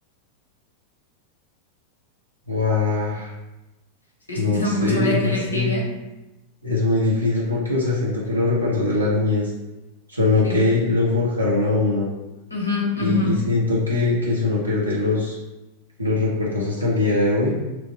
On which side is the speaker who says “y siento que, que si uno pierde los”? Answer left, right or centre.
Right